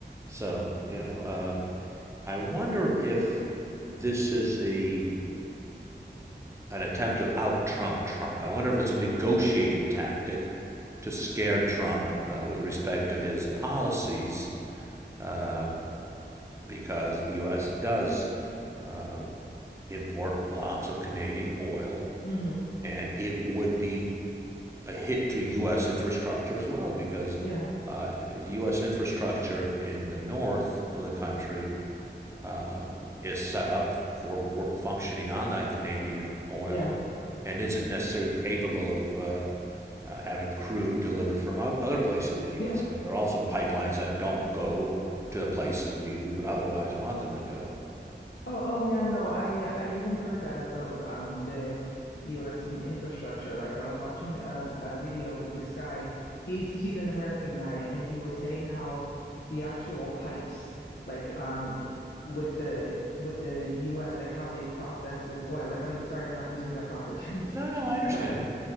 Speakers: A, on the right; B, on the left.
A: so, you know, uh, I wonder if this is a an attempt to out Trump Trump. I wonder if it's a negotiating tactic to scare Trump uh, with respect to his policies, um, because the U.S. does um, import lots of Canadian oil,
B: hmm
A: and it would be a hit to U.S. infrastructure as well, because
B: Yeah.
A: uh, U.S. infrastructure in the north of the country um, is set up for work, functioning on that Canadian oil
B: Yeah. Yeah.
A: and isn't necessarily capable of uh, uh, having crude delivered from other places in the U.S.
B: Yeah.
A: I mean, there are also pipelines that don't go to the places we, we would otherwise want them to go.
B: Oh, oh yeah, no, I uh, I even heard that about um the US and infrastructure. Like I was watching a, a video with this guy. He's he's an American guy and he was saying how the actual pipes like um with the with the US like how they process this oil. Like I'm sorry, I'm not using the proper <laughs> terms,
A: No, no, I understand.
B: but